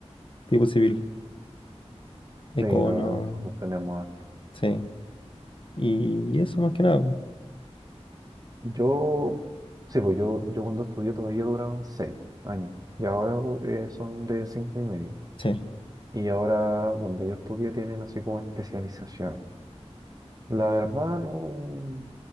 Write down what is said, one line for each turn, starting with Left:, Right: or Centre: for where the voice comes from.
Left: Tipo civil, econo,
Right: pero nosotros tenemos harto.
Left: sí. Y eso más que nada, pues,
Right: Yo, sí, pues yo, yo cuando estudié todavía duraron seis años y ahora eh, son de cinco y medio.
Left: sí.
Right: Y ahora donde yo estudié tienen así como especializaciones. La verdad no,